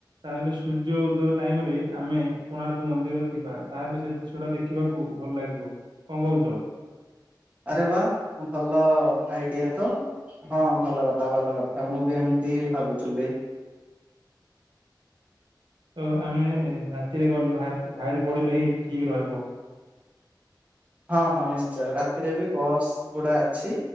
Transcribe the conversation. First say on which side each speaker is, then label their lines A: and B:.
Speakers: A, on the right; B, on the right.
A: ତାହେଲେ ସୂର୍ଯ୍ୟ ଉଦୟ ଟାଇମ ରେ ଆମେ କୋଣାର୍କ ମନ୍ଦିର ଥିବା ତାହେଲେ ସେ ଦୃଶ ଟା ଦେ ଖିବାକୁ ଭଲ ଲାଗିବ କଣ କଉଛ।
B: ଆରେ ବା ଭଲ ଆଇଡିଆ ତ। ହଁ ଭଲ କଥା ଭଲ କଥା ମୁଁ ବି ଏମିତି ଭାବୁଥିଲି।
A: ତ ଆମେ ରାତିରେ ଗଲ ବାହାରେ ବାହାରି ପଡ଼ିଲେ ହିଁ ଠିକ୍ ରହିବ।
B: ହଁ ହଁ ନିଶ୍ଚୟ ରାତିରେ ବି ବସ୍ ଗୁଡା ଅଛି